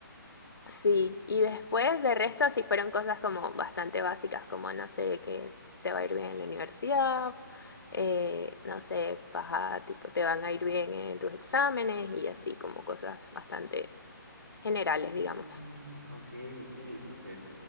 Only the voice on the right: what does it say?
Mm,
ok, ok, súper.